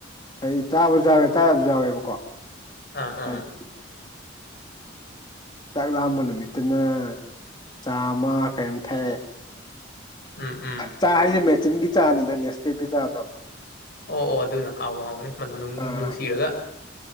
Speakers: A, on the left; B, on the left.
A: ꯑꯩ ꯆꯥꯕꯁꯨ ꯌꯥꯎꯋꯦ ꯆꯥꯗꯕꯁꯨ ꯌꯥꯎꯋꯦꯕꯀꯣ꯫
B: ꯑꯥ ꯑꯥ꯫
A: ꯍꯥꯏꯗꯤ ꯆꯥꯛ ꯂꯥꯝꯕ ꯅꯨꯃꯤꯠꯇꯅ ꯆꯥꯃ ꯀꯩꯝ ꯊꯛꯑꯦ꯫
B: ꯎꯝ ꯎꯝ
A: ꯆꯥ ꯍꯥꯏꯁꯦ ꯃꯦꯆꯤꯟꯒꯤ ꯆꯥꯅꯤꯗ ꯅꯦꯁꯀꯦꯞꯀꯤ ꯆꯥꯗꯣ꯫
B: ꯑꯣ ꯑꯣ ꯑꯗꯨꯏꯗꫭ ꯍꯥꯎꯕꯨ ꯍꯥꯎꯅꯤ ꯃꯅꯝ
A: ꯑꯥ
B: ꯅꯨꯡꯁꯤꯔꯒ꯫